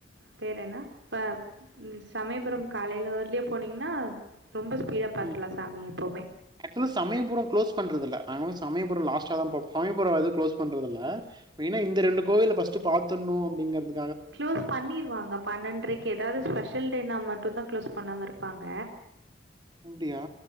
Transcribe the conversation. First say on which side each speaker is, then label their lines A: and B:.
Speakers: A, on the right (about 80°); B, on the right (about 25°).
A: பேர் என்னா ம் சமயபுரம் காலையில ஏர்லியா போனீங்கன்னா ரொம்ப ஸ்பீடா பாத்துரலா
B: உம்
A: சாமி எப்பவுமே
B: ஆக்சுலா சமயபுரம் க்ளோஸ் பண்றதுல நாங்களும் சமய றம் லாஸ்ட்டதான் போவும் <unintelligible> க்ளோஸ் பண்றதுல்ல மெய்னா இந்த ரெண்டு கோயில ஃபர்ஸ்ட் பார்த் துனோ அப்டிங்கறது
A: கிளோஸ் பண்ணிருவாங்க பன்னென்றரைக்கு ஏதாவது ஸ்பெஷல் டே நா மட் இப்பதான் க்ளோஸ் பண்ணாம இருப்பாங்க
B: அப்டியா?